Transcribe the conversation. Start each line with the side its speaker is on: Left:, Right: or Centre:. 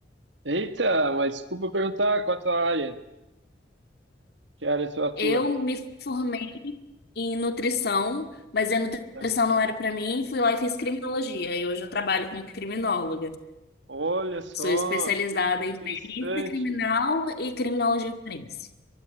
Right: Eita, mas desculpa perguntar qual a tua área, que área tu atua?
Left: Eu me formei em nutrição, mas a nutrição
Right: Aham.
Left: não era pra mim, fui lá e fiz criminologia. E hoje eu trabalho como criminóloga.
Right: Olha só,
Left: Sou especializada
Right: que
Left: em
Right: interessante,
Left: perícia criminal e criminologia forense.